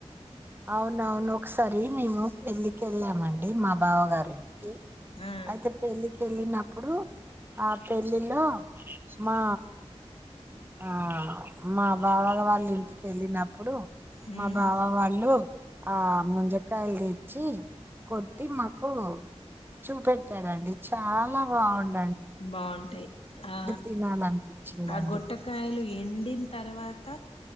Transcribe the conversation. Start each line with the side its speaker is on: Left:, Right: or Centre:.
Right: అవును అవును ఒకసారి మేము పెళ్లికెళ్ళాం ఆ అడి మా బావ గారింటికి
Left: ఆ
Right: అయితే పెళ్ళకేళ్ళ నా అప్పుడు ఆ పెళ్ళిలో మా ఆ మా బావా వాళ్ళ ఇంటికి వెళ్ళినప్పుడు
Left: మ్మ్
Right: మా బావా వాళ ఆ ముజకాయలు తెచ్చి కొట్టి మాకు చూపెట్టాడండి చాలా బాగుంట
Left: బాగుంటాయి ఆ
Right: తినాలనిపించిందండి
Left: ఆ గుట్టకాయలు ఎండిన తర్వాత